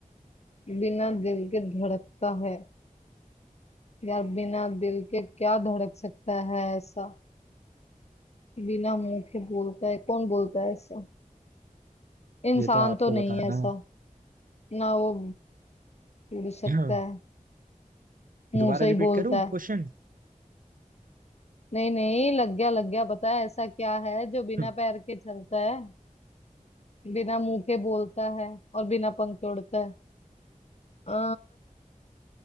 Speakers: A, on the left; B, on the right.
A: बिना दिल के धड़कता है यार बिना दिल के क्या धड़क सकता है ऐसा बिना मुंह के बोलता है कौन बोलता है ऐसा इंसान
B: ये तो आपको
A: तो नहीं
B: बताना
A: है ऐसा
B: है
A: ना वो बोल सकता
B: <clears throat>
A: है मुंह
B: दोबारा
A: से ही
B: रिपीट
A: बोलता
B: करूं क्वेश्चन
A: है
B: <clears throat>
A: नहीं नहीं लग गया लग गया बता ऐसा क्या है जो बिना
B: <laughs>
A: पैर के चलता है बिना मुंह के बोलता है और बिना पंख के उड़ता है अ,